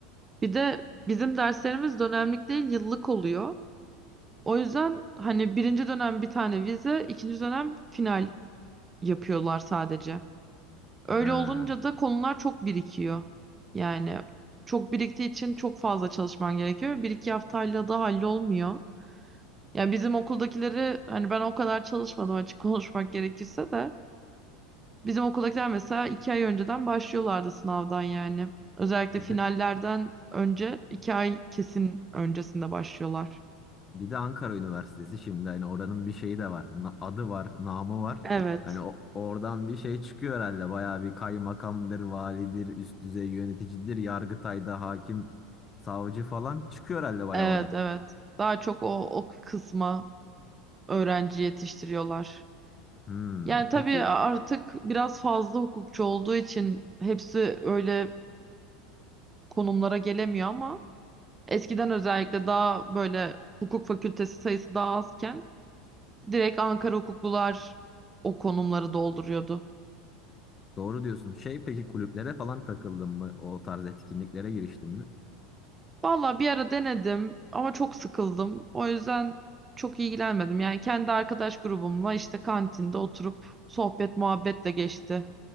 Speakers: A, on the right (about 20°); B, on the left (about 30°).
A: Bir de bizim derslerimiz dönemlik değil, yıllık oluyor. O yüzden hani birinci dönem bir tane vize, ikinci dönem final yapıyorlar sadece.
B: Ha,
A: Öyle olunca da konular çok birikiyor. Yani çok biriktiği için çok fazla çalışman gerekiyor. Bir iki haftayla da hallolmuyor. Yani bizim okuldakileri hani ben o kadar çalışmadım açık <laughs> konuşmak gerekirse de bizim okuldakiler mesela iki ay önceden başlıyorlardı sınavdan yani. Özellikle
B: bir
A: finallerden
B: de
A: önce iki ay kesin öncesinde başlıyorlar.
B: Bir de Ankara Üniversitesi şimdi hani oranın bir şeyi de var. Na- adı var, namı var.
A: Evet,
B: Hani o- oradan bir şey çıkıyor herhalde. Bayağı bir kaymakamdır, validir, üst düzey yöneticidir, Yargıtay'da hakim, savcı falan çıkıyor herhalde bayağı
A: evet,
B: oradan.
A: evet. Daha çok o, o kısma öğrenci yetiştiriyorlar.
B: Hmm,
A: Yani tabii
B: peki
A: artık biraz fazla hukukçu olduğu için hepsi öyle konumlara gelemiyor ama eskiden özellikle daha böyle hukuk fakültesi sayısı daha azken Direkt Ankara hukuklular o konumları dolduruyordu.
B: doğru diyorsun. Şey peki kulüplere falan takıldın mı? O tarz etkinliklere giriştin mi?
A: Valla bir ara denedim ama çok sıkıldım. O yüzden çok ilgilenmedim. Yani kendi arkadaş grubumla işte kantinde oturup sohbet muhabbetle geçti